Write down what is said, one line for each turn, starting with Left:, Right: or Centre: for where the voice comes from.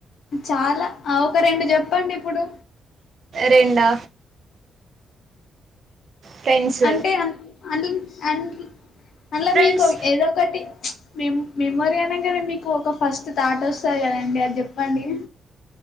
Left: చాలా ఒక రెండు చెప్పండి ఇప్పుడు
Right: రెండా ఫ్రెండ్స్
Left: అంటే అ అందు అ అందులో
Right: ఫ్రెండ్స్
Left: మీకు ఏదో ఒకటి మె మెమోరీ అనేగానే మీకు ఒక ఫస్ట్ తాట వస్తుంది కదండి అది చెప్పండి